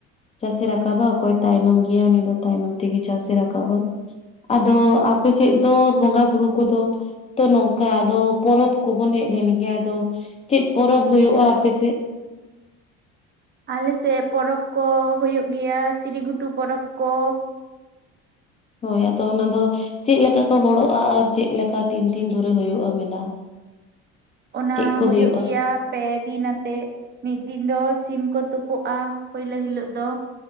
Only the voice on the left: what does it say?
ᱪᱟᱥ ᱮ ᱨᱟᱠᱟᱵᱟ ᱚᱠᱚᱭ ᱛᱟᱭᱱᱚᱢ ᱜᱮᱭᱟ ᱩᱱᱤ ᱫᱚ ᱛᱟᱭᱱᱚᱢ ᱛᱮᱜᱮ ᱪᱟᱥ ᱮ ᱨᱟᱠᱟᱵᱟ ᱟᱫᱚ ᱟᱯᱮ ᱥᱮᱫ ᱫᱚ ᱵᱚᱸᱜᱟ ᱵᱩᱨᱩ ᱠᱚᱫᱚ ᱛᱚ ᱱᱚᱝᱠᱟ ᱟᱫᱚ ᱯᱚᱨᱚᱵᱽ ᱠᱚᱵᱚᱱ ᱦᱮᱡ ᱞᱮᱱ ᱜᱮ ᱟᱫᱚ ᱪᱮᱫ ᱯᱚᱨᱚᱵᱽ ᱦᱩᱭᱩᱜᱼᱟ ᱟᱯᱮᱥᱮᱫ?
ᱦᱳᱭ ᱟᱫᱚ ᱚᱱᱟ ᱫᱚ ᱪᱮᱫ ᱞᱮᱠᱟ ᱠᱚ ᱦᱚᱲᱚᱜᱼᱟ ᱟᱨ ᱪᱮᱫ ᱞᱮᱠᱟ ᱛᱤᱱ ᱫᱤᱱ ᱫᱷᱚᱨᱮ ᱦᱩᱭᱩᱜᱼᱟ ᱢᱮᱞᱟ?
ᱪᱮᱫ ᱠᱚ
ᱦᱩᱭᱩᱜᱼᱟ